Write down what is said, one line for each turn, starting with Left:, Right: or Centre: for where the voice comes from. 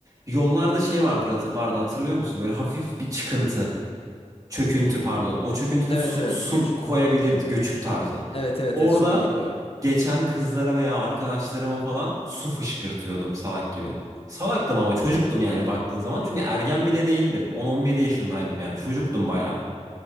Right: yollarda şey vardır hatı- vardı hatırlıyor musun? Böyle hafif bir çıkıntı çöküntü pardon. O çöküntüde
Left: Evet
Right: su,
Left: evet
Right: su
Left: küçük.
Right: koyabilirdi göçük tarzı.
Left: Evet evet
Right: Orada
Left: evet su birikiyor.
Right: geçen kızlara veya arkadaşlarıma falan su fışkırtıyordum salak gibi. Salaktım ama çocuktum yani baktığın zaman. Çünkü ergen bile değildim. On on bir yaşındaydım yani. Çocuktum bayağı.